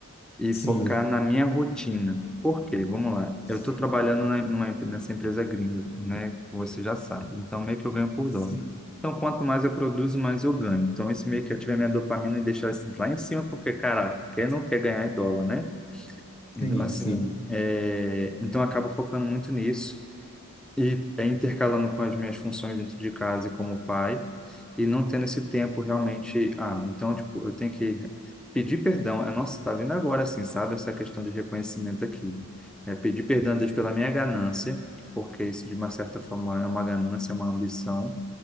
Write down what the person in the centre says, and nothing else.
e
focar na minha rotina. Por quê? Vamos lá.
Eu estou trabalhando na- numa, empre- nessa empresa gringa, né? Como Você já sabe. Então, meio que eu ganho por
dólar. Então, quanto mais eu produzo, mais eu ganho. Então, isso meio que ativa minha dopamina e deixa assim, lá em cima, porque, caraca, quem não quer ganhar é dólar, né?
Então, assim,
é... então eu acabo focando muito nisso e é intercalando com as minhas funções dentro de casa e como pai, e não tendo esse tempo realmente hábil. Então, tipo, eu tenho que pedir perdão. É, Nossa, tá vindo agora, assim, sabe? Essa questão de reconhecimento aqui. É pedir perdão a Deus pela minha ganância, porque isso, de uma certa forma, é uma ganância, é uma ambição.